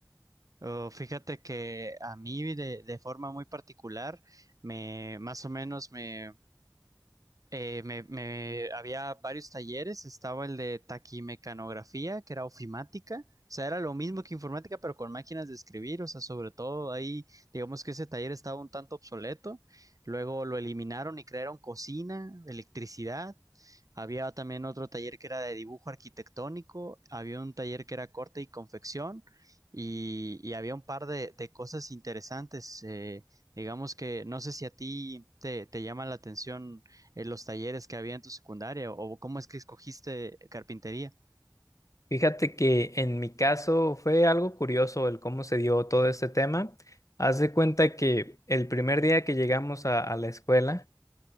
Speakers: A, on the right; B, on the left.
A: Oh, fíjate que a mí de, de forma muy particular, me, más o menos me eh, me, me- había varios talleres, estaba el de taquimecanografía, que era ofimática, o sea, era lo mismo que informática, pero con máquinas de escribir, o sea, sobre todo ahí, digamos que ese taller estaba un tanto obsoleto, luego lo eliminaron y crearon cocina, electricidad, había también otro taller que era de dibujo arquitectónico, había un taller que era corte y confección, y, y había un par de, de cosas interesantes, eh, digamos que no sé si a ti te, te llama la atención eh, los talleres que había en tu secundaria o cómo es que escogiste carpintería?
B: Fíjate que en mi caso fue algo curioso el cómo se dio todo este tema. Haz de cuenta que el primer día que llegamos a, a la escuela